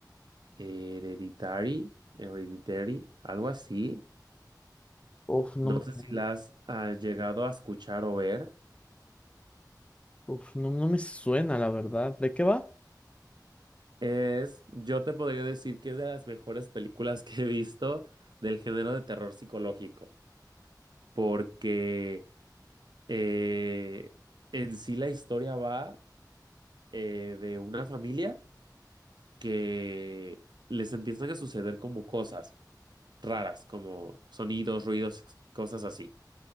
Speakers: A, on the right; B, on the left.
A: hereditary, hereditary, algo así.
B: Uf, no
A: No
B: me... acuerdo.
A: sé si las has ah, llegado a escuchar o ver.
B: Uf, no, no me suena, la verdad. ¿De qué va?
A: Es, yo te podría decir que es de las mejores películas que he visto del género de terror psicológico, porque eh, en sí la historia va eh, de una familia que les empiezan a suceder como cosas raras, como sonidos, ruidos, cosas así.